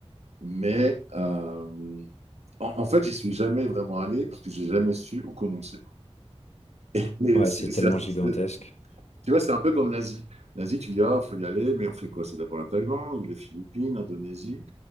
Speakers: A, on the right (about 80°); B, on the left (about 85°).
A: Mais euh, en, en fait, j'y suis jamais vraiment allé parce que j'ai jamais su où commencer. Et
B: Ouais,
A: c'est-
B: c'est
A: c'est-
B: tellement gigantesque.
A: c'est- tu vois, c'est un peu comme l'Asie. L'Asie, tu dis, ah, faut y aller, mais on fait quoi? C'est d'abord la Thaïlande ou les Philippines, l'Indonésie.